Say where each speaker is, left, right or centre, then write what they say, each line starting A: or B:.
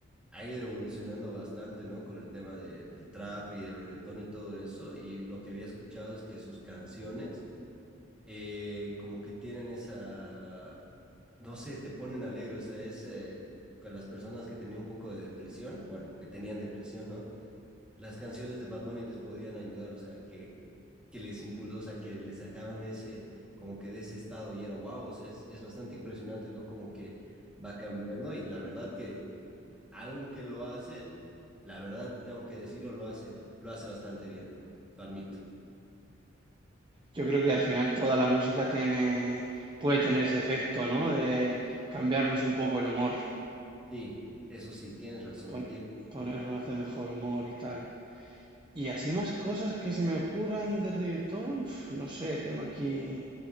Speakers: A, in the centre; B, on the right.
A: ha ido evolucionando bastante, ¿no? Con el tema de- del trap y el reggaetón y todo eso. Y lo que había escuchado es que sus canciones eh, como que tienen esa, no sé, te ponen alegre, o sea, es eh, con las personas que tenían un poco de depresión, bueno, que tenían depresión, ¿no? Las canciones de Bad Bunny les podían ayudar, o sea, que que les impulsó, o sea, que les sacaban de ese, como que de ese estado y era wow, o sea, es, es bastante impresionante, ¿no? Como que va cambiando y la verdad que algo que lo hace, la verdad tengo que decirlo, lo hace, lo hace bastante bien, lo admito.
B: Yo creo que al final toda la música tiene, puede tener ese efecto, ¿no? De cambiarnos un poco el humor,
A: Sí, eso sí, tienes razón,
B: pon-
A: tienes bastante-
B: ponernos de mejor humor y tal. Y
A: sí.
B: así más cosas que se me ocurran de reggaetón, uf, no sé, tengo aquí